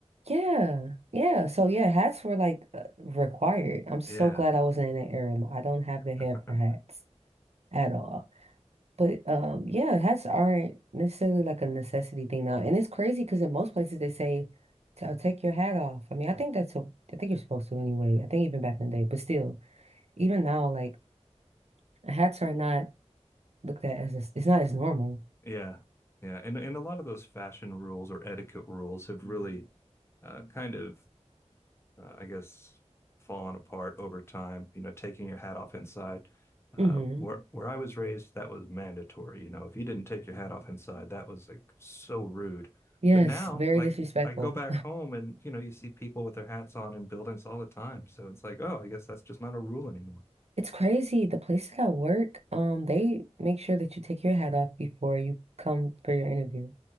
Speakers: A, on the right; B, on the left.
A: Yeah, yeah. So yeah, hats were like uh, required. I'm so
B: Yeah.
A: glad I wasn't in that era. I don't have the hair
B: <laughs>
A: for hats at all. But um, yeah, hats aren't necessarily like a necessity thing now. And it's crazy because in most places they say, "So take your hat off." I mean, I think that's a, I think you're supposed to anyway. I think even back in the day, but still, even now, like hats are not looked at as a, it's not as normal.
B: Yeah. Yeah. And and a lot of those fashion rules or etiquette rules have really uh, kind of uh, I guess fallen apart over time, you know, taking your hat off inside. Uh,
A: hmm
B: where where I was raised, that was mandatory. You know, if you didn't take your hat off inside, that was like so rude.
A: Yes,
B: But now,
A: very
B: like
A: disrespectful.
B: I go back home and you know, you see people with their hats on in buildings all the time. So it's like, oh, I guess that's just not a rule anymore.
A: It's crazy. The places I work, um, they make sure that you take your hat off before you come for your interview.